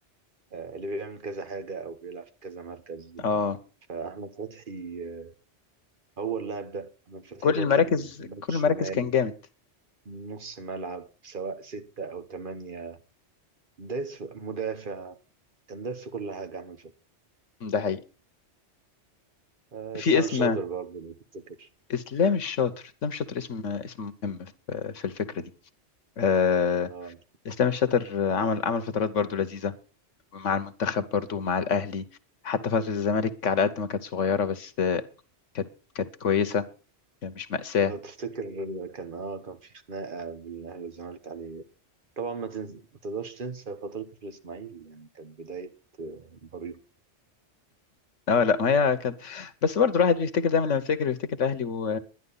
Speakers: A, on the right; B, on the left.
A: آه، اللي بيعمل كذا حاجه او بيلعب في كذا مركز
B: آه
A: فاحمد فتحي آه، هو اللاعب ده احمد فتحي
B: كل
A: باك
B: المراكز
A: يمين باك
B: كل
A: شمال
B: المراكز كان جامد
A: نص ملعب سواء ستة أو تمانية دايس في- مدافع كان دايس في كل حاجة أحمد فتحي
B: ده حقيقي
A: آه،
B: في
A: إسلام
B: اسم
A: الشاطر برضه لو تفتكر
B: إسلام الشاطر إسلام الشاطر اسم اسم مهم في في الفكرة دي آه
A: آه.
B: إسلام الشاطر عمل عمل فترات برضو لذيذة مع المنتخب برضو مع الأهلي حتى فترة الزمالك على قد ما كانت صغيرة بس آه، كانت كانت كويسة مش مأساة
A: لو تفتكر كان اه كان في خناقة بين الأهلي والزمالك عليه طبعا ما, تنس... ما تقدرش تنسى فترة الإسماعيلي يعني كانت بداية آه، بريق
B: اه لا ما هي كانت بس برضو الواحد بيفتكر دايما لما يفتكر بيفتكر الاهلي و...